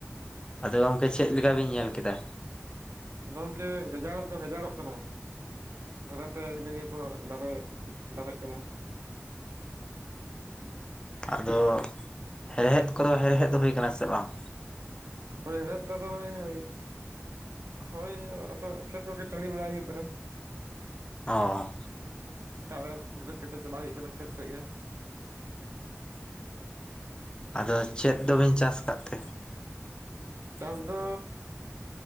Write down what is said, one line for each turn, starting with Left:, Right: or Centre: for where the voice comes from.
Left: ᱟᱫᱚ ᱜᱚᱝᱠᱮ ᱪᱮᱫ ᱞᱮᱠᱟᱵᱤᱱ ᱧᱮᱞ ᱠᱮᱫᱟ?
Right: ᱜᱚᱢᱠᱮ ᱜᱟᱡᱟᱲ ᱫᱚ ᱜᱟᱡᱟᱲᱚᱜ ᱠᱟᱱᱟ᱾ ᱫᱷᱟᱨᱮᱛᱮ ᱦᱤᱱᱟᱹ ᱱᱤᱭᱟᱹ ᱠᱚ ᱫᱟᱨᱮ ᱫᱟᱨᱮᱜ ᱠᱟᱱᱟ᱾
Left: ᱟᱫᱚ <inaudible> ᱦᱮᱲᱦᱮᱫ ᱠᱚᱫᱚ ᱦᱮᱲᱦᱮᱫ ᱫᱚ ᱦᱩᱭ ᱟᱠᱟᱱᱟ ᱥᱮ ᱵᱟᱝ?
Right: ᱦᱳᱭ ᱦᱮᱲᱦᱮᱫ ᱛᱚ ᱫᱚᱢᱮ <unintelligible> ᱦᱳᱭ ᱟᱫᱚ ᱠᱷᱮᱛ ᱠᱚᱜᱮ <unintelligible> ᱵᱟᱲᱟ ᱦᱩᱭᱩᱜ ᱠᱟᱱᱟ᱾
Left: ᱚᱻ
Right: ᱥᱮᱛᱟᱜ ᱨᱮ ᱵᱮᱨᱮᱫ ᱠᱟᱛᱮᱫ ᱪᱟᱞᱟᱜ ᱦᱩᱭᱩᱜ ᱠᱟᱱᱟ ᱠᱷᱮᱛ ᱥᱮᱫ ᱜᱮ,
Left: ᱟᱫᱚ ᱪᱮᱫ
Right: ᱦᱳᱭ
Left: ᱫᱚ ᱵᱤᱱ ᱪᱟᱥ ᱠᱟᱫ ᱛᱮ?
Right: ᱪᱟᱥ ᱫᱚ